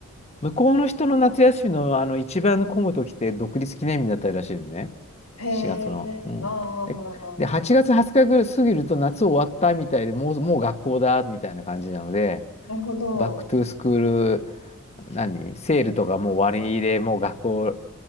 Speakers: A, on the left; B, on the left.
A: 向こうの人の夏休みの、あの、一番混む時って独立記念日だったりらしいのね。
B: へえ、
A: 7月の。うん。
B: あ
A: で、
B: あ、
A: で8月20日ぐらい過ぎると夏終わったみたいで、もう、もう学校だ、みたいな感じなので、
B: なるほど。
A: バックトゥースクール、何セールとかもう終わりで、もう学校